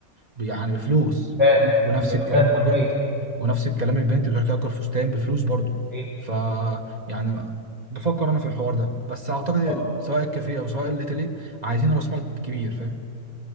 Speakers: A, on the right (about 30°); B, in the centre.
A: ب- يعني بفلوس
B: بيروفات
A: ونفس
B: بيروفات
A: الكلام البنت
B: حرفيا
A: ونفس الكلام البنت بتروح تأجر فستان بفلوس برضه
B: ايه
A: ف يعني بفكر انا في الحوار ده بس اعتقد ال-
B: اتفضل.
A: سواء الكافيه او سواء الاتيليه عايزين راس مال كبير فاهم